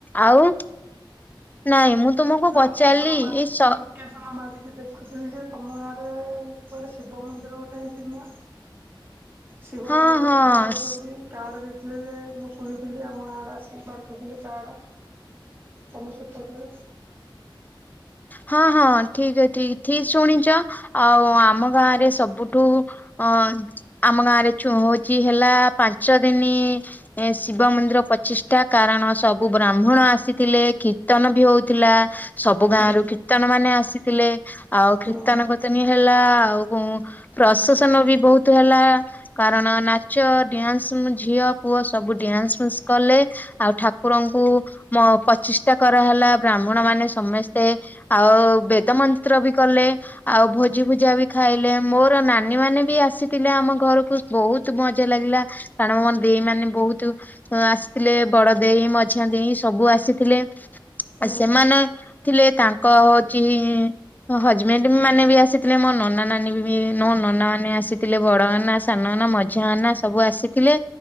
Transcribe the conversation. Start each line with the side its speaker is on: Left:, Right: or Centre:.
Left: ଆଉ ନାଇଁ ମୁଁ ତୁମକୁ
Right: ଲୋକେସନ
Left: ପଚାରିଲି ଇ
Right: ମାରି
Left: ସ
Right: ଲୋକେସନ ମାରିକି ଦେଖୁଥିଲି ଯେ, ତମ ଗାଁରେ କୁଆଡେ ଶିବ ମନ୍ଦିର ଗୋଟେ ହେଇଛି ନୂଆଁ? ଶିବ
Left: ହଁ
Right: ଠାକୁର
Left: ହଁ
Right: ପୂଜା ପାଉଚନ୍ତି। କାର୍ଡ ଦେଇଥିଲେ ଯେ, ମୁଁ ଶୁଣିଥିଲି ଆମ ଗାଁଡେ ଆସିିକି ବାଣ୍ଟୁଥିଲେ କାର୍ଡ। ତମ ସେପଟେ
Left: ହଁ- ହଁ ଠିକ୍ ଏ ଠିକ୍ ଠିକ ଶୁଣିଚ। ଆଉ ଆମ ଗାଁରେ ସବୁଠୁ ଅ ଆମ ଗାଁରେ ଚୋ ଚଉଚି ହେଲା ପାଞ୍ଚ ଦିନି ଏ ଶିବ ମନ୍ଦିର ପଚିଷ୍ଟା, କାରଣ ସବୁ ବ୍ରାହ୍ମଣ ଆସିଥିଲେ କୀର୍ତ୍ତନ ବି ହଉଥିଲା। ସବ ସବୁ
Right: ହୁଁ
Left: ଗାଁରୁ କୀର୍ତ୍ତନ ମାନେ ଆସିଥିଲେ, ଆଉ
Right: ହୁଁ
Left: କୀର୍ତ୍ତନ କୁତିନି ହେଲା ଆଉ ହୁଁ ପ୍ରଶସନ ବି ବହୁତ ହେଲା। କାରଣ ନାଚ ଡ୍ୟାନ୍ସ ଉଁ ଝିଅ ପୁଅ ସବୁ ଡ୍ୟାନ୍ସ ଫ୍ୟାନସ କଲେ। ଆଉ ଠାକୁରଙ୍କୁ ମ ପଚିଷ୍ଠା କରାହେଲା, ବ୍ରାହ୍ମଣ ମାନେ ସମେ ସ୍ତେ ଆଉ ବେଦ ମନ୍ତ୍ର ବି କଲେ। ଆଉ ଭୋଜି ଭୁଜା ବି ଖାଇଲେ, ମୋର ନାନୀ ମାନେ ବି ଆସିଥିଲେ ଆମ ଘରକୁ। ବହୁତ ମଜା ଲାଗିଲା, କାରଣ ମୋ ଦେଇ ମାନେ ବହୁତୁ ଆଁ ଆସିଥିଲେ ବଡ ଦେଇ, ମଝିଆ ଦେଇ ସବୁ ଆସିଥିଲେ
Right: ହୁଁ
Left: ସେମାନେ ଥିଲେ ତାଙ୍କ ହଉଛି ଇଁ ହଜବେଣ୍ଡ ମାନେ ବି ଆସିଥିଲେ, ମୋ ନନା ନାନୀ ବି ମୋ ନନା ମାନେ ଆସିଥିଲେ ବଡ ନନା ଆସ ସାନ ନାନା ମଝିଆ ନାନା ସବୁ ଆସିଥିଲେ।